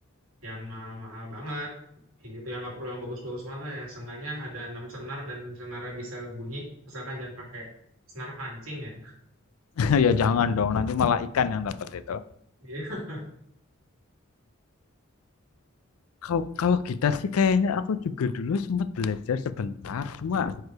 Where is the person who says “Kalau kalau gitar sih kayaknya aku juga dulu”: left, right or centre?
Left